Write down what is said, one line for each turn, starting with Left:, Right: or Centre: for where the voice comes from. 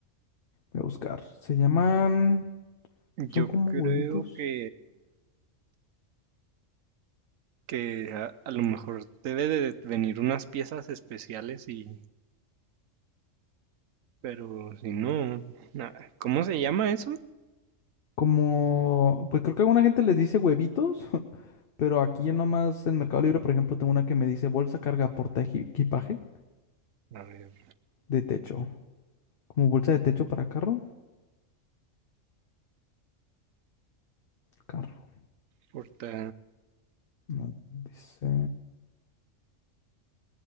Left: voy a buscar. Se llaman, son
Right: Yo
Left: como
Right: creo
Left: huevitos,
Right: que, que a, a lo mejor debe de venir unas piezas especiales y, pero si no, na- ¿cómo se llama eso?
Left: como, pues creo que alguna gente les dice huevitos, <laughs> pero aquí nomás en Mercado Libre, por ejemplo, tengo una que me dice bolsa carga porta eji- equipaje
Right: A ver,
Left: de techo, como bolsa de techo para carro, carro,
Right: porta...
Left: no, dice...